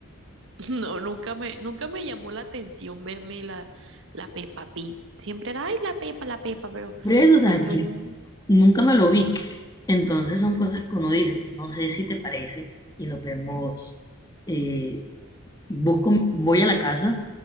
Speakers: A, on the right; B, on the left.
A: No, nunca me, nunca me llamó la atención verme la, la Peppa Pig. Siempre era, ay, la Pepa, la Pepa, pero
B: Por eso, o sea,
A: pues yo
B: yo
A: no.
B: nunca me lo vi. Entonces son cosas que uno dice, no sé si te parece y nos vemos. eh, busco, voy a la casa,